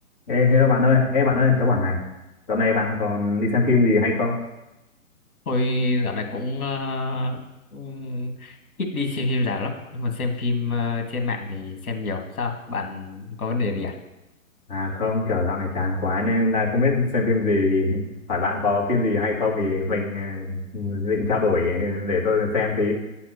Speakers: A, on the left; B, on the left.
A: Ê, hello bạn ơi, ê bạn ơi, tớ bảo này, dạo này bạn còn đi xem phim gì hay không?
B: Tôi dạo này cũng, ờ, cũng ít đi xem phim rạp lắm nhưng mà xem phim ờ, trên mạng thì xem nhiều sao bạn có vấn đề gì à
A: À không, kiểu dạo này chán quá nên là không biết xem phim gì, thì <laughs> hỏi bạn có phim gì hay không thì mình ừ, định trao đổi để tôi xem tí.